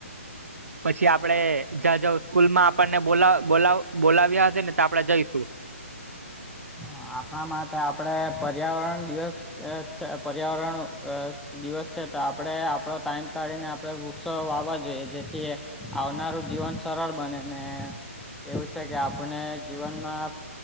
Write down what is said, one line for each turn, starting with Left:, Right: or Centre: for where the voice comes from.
Right: પછી આપડે જ્યાં જં સ્કૂલ માં આપણને બોલા બોલા બોલાવ્યા હશે ને તો આપડે જઈશું.
Centre: હ આપ માટે આપડે પર્યાવરણ દિવસ છે પર્યાવરણ અ દિવસ છે તો આપડે આપડો ટાઈમ કાઢીને આપડે વૃક્ષો વાવા જોઈએ જેથી, આવનારું જીવન સરળ બને ને એવું છે કે આપણે જીવનમાં